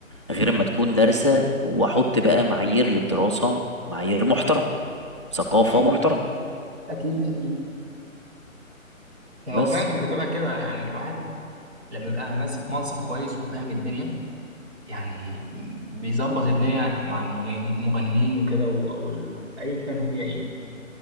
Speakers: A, on the left; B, on the right.
A: غير ما تكون دارسة واحط بقى معايير للدراسة معايير محترمة ثقافة
B: أكيد
A: محترمة
B: أكيد أكيد هو
A: بس
B: فعلا بتبقى كده يعني الواحد لما يبقى ماسك منصب كويس وفاهم الدنيا يعني بيظبط الدنيا مع المغن- المغنيين وكده و- او ال- ايا كان هي ايه